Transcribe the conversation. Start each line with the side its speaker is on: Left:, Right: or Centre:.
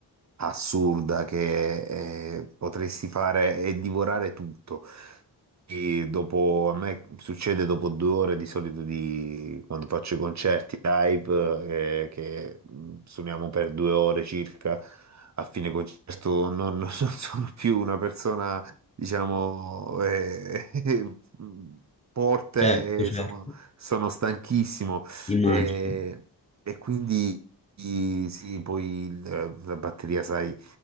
Right: assurda che eh, potresti fare e divorare tutto. E dopo, a me succede dopo due ore di solito di quando faccio i concerti live, eh, che mh, suoniamo per due ore circa. A fine concerto non, <laughs> non sono più una persona, diciamo, eh, <laughs> forte
Left: Certo, certo,
Right: e sono, sono stanchissimo.
Left: immagino,
Right: eh, E, quindi sì, poi il- la batteria, sai